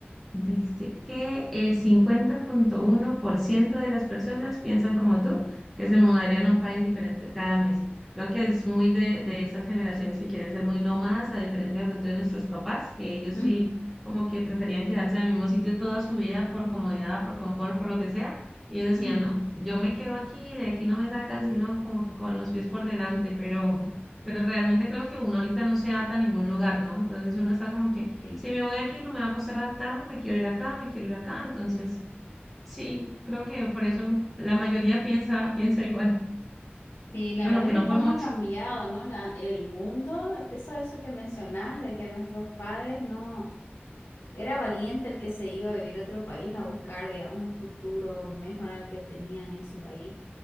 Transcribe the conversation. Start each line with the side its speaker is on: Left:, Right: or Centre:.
Centre: Dice que el cincuenta punto uno por ciento de las personas piensan como tú, que se mudarían a un país diferente cada mes. Creo que es muy de, de esas generaciones que quieren ser muy nómadas, a diferencia de pronto de nuestros papás, que ellos
Left: Ujú,
Centre: sí como que preferían quedarse en el mismo sitio toda su vida por comodidad, por confort, por lo que sea. Ellos decían,
Left: ujú,
Centre: no, yo me quedo aquí, de aquí no me sacan, sino como que con los pies por delante, pero, pero realmente creo que uno ahorita no se ata a ningún lugar, ¿no? Entonces uno está como que...
Left: sí.
Centre: Si me voy de aquí no me va a costar adaptarme, me quiero ir acá, me quiero ir acá. Entonces, sí, creo que por eso la mayoría piensa, piensa igual.
Left: Y la
Centre: Bueno,
Left: verdad
Centre: aunque
Left: que
Centre: no
Left: cómo
Centre: por mucho.
Left: ha cambiado, ¿no? La, el mundo, eso, eso que mencionás, de que nuestros padres no Era valiente el que se iba a vivir a otro país a buscar, digamos, un futuro mejor al que tenían en su país.